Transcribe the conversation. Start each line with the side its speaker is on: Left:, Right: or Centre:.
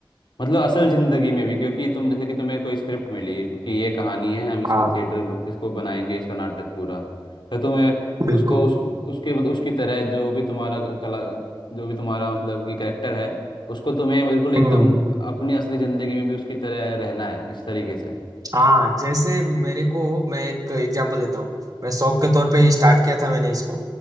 Left: मतलब असल जिंदगी में भी क्योंकि तुम जैसे कि तुम्हें कोई स्क्रिप्ट मिली कि ये कहानी है हम इसका
Right: हाँ
Left: थिएटर इसको बनाएंगे इसका नाटक पूरा तो तुम्हें
Right: बिल्कुल
Left: उसको उस, उसके मतलब उसकी तरह जो भी तुम्हारा कला जो भी तुम्हारा मतलब कि करेक्टर है उसको तुम्हें बिल्कुल एकदम
Right: हम्म
Left: अपनी असली जिंदगी में भी उसकी तरह रहना है इस तरीके से
Right: हाँ जैसे मेरे को मैं एक एग्जांपल देता हूँ मैं शौक के तौर पे स्टार्ट किया था मैंने इसको